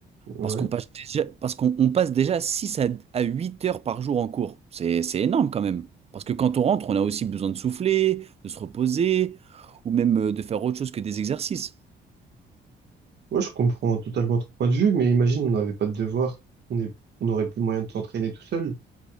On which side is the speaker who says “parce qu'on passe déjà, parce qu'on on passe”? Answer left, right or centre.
Right